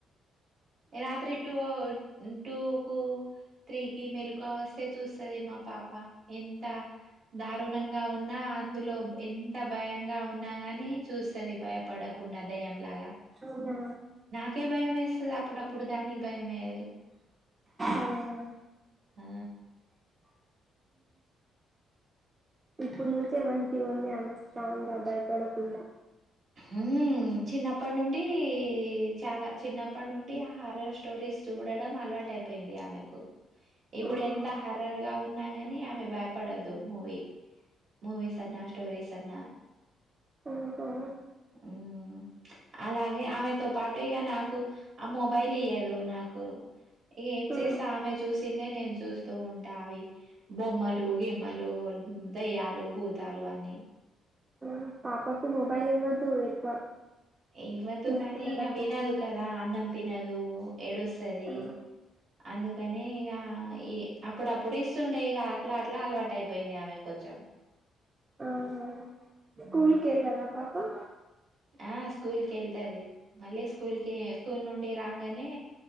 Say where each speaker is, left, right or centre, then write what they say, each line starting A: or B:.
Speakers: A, on the right; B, on the right.
A: రాత్రి టటు టూకు త్రీకి మెలుక వస్తే చూస్తుంది మా పాప ఎంత దారుణంగా ఉన్నా అందులో ఎంత భయంగా ఉన్నా కాని చూస్తుది భయపడకుండా దయంలాగా
B: అనా
A: ఒకే భయం వేస్తే అప్పుడుప్పుడు దానికి భయమేయదు
B: అవునా
A: ఆ
B: ఇప్పుడు నుంచి ఏ మనకి ఉంది అమె స్ట్రాంగ్గా భయపడకుండా
A: ఊమ్ చిన్నప్పటి నుండి చాలా చిన్నప్పటి నుండి ఆ హారర్ స్టోరీస్ చూడడం అలవాటు అయిపోయింది ఆమెకు ఇప్పుడు
B: ఆహా
A: ఎంత హార్రర్ గా ఉన్నాగాని ఆమె భయపడదు మూవీ మూవీస్ అన్నా స్టోరీస్ అన్నా
B: అహా
A: ఊమ్ అలాగే ఆమెతో పాటు ఇగ నా కు ఆ మొబైల్ ఇయ్యదు నాకు ఏం
B: ఆ
A: చేస్త ఆమె చూస్ సిందే నేను చూస్తూ ఉంటా అవి బొమ్మలు గిమ్మలు దయ్యాలు భూతాలు అన్నీ
B: మ్ పాపకు మొబైల్ ఇవ్వొద్దు ఎక్కువ
A: ఇవ్వొద్దు
B: చిన్నపిల్లలకు
A: కానీ ఇగ వినదు కదా అన్నం తినదు ఏడుస్తది
B: ఆ
A: అందుకని ఇక ఈ అప్పుడప్పుడు ఇస్తుంట ఇక అట్లా అట్లా అలవాటై పోయింది ఆమె కొంచెం
B: అహా స్కూల్
A: మ్మ్
B: కి వెళ్ళదా పా ప
A: ఆ స్కూల్ కి వెళ్తది మళ్ళీ స్కూల్ కి స్కూల్ నుండి రాంగానే